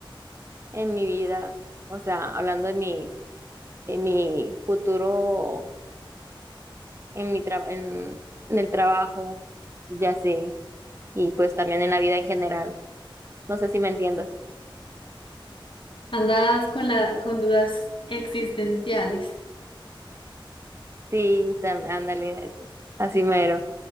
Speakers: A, on the right (about 30°); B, on the left (about 70°).
A: en mi vida, o sea, hablando de mis, en mi futuro, en mi tra- en, en el trabajo, ya sé, y pues también en la vida en general. No sé si me entiendas.
B: Andas con la, con dudas existenciales.
A: Sí, tam- ándale, eso, así mero.